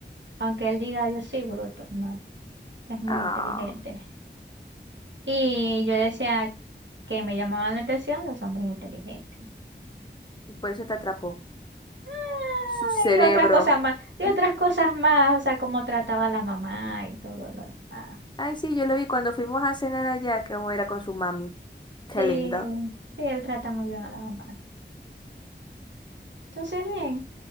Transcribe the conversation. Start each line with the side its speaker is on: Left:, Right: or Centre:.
Right: Aunque él diga yo sí, bruto, no, es muy
Left: ah.
Right: inteligente. Y yo decía que me llamaban la atención los hombres inteligentes.
Left: Y por eso te atrapó.
Right: Ah,
Left: Su cerebro.
Right: Y otras cosas más, y
Left: <laughs>
Right: otras cosas más, o sea, cómo trataba a la mamá y todo lo demás.
Left: Ay, sí, yo lo vi cuando fuimos a cenar allá, que era con su mami. Qué
Right: Sí,
Left: lindo.
Right: sí, él trata muy bien a la mamá. Entonces, bien.